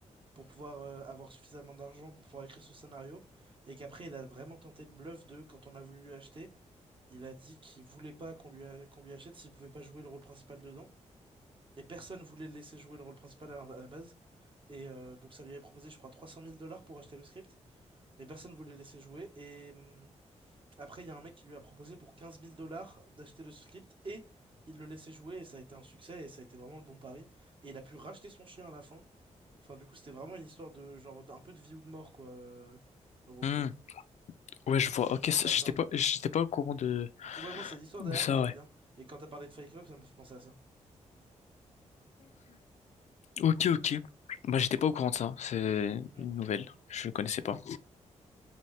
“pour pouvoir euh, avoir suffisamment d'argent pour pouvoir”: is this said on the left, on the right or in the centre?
Right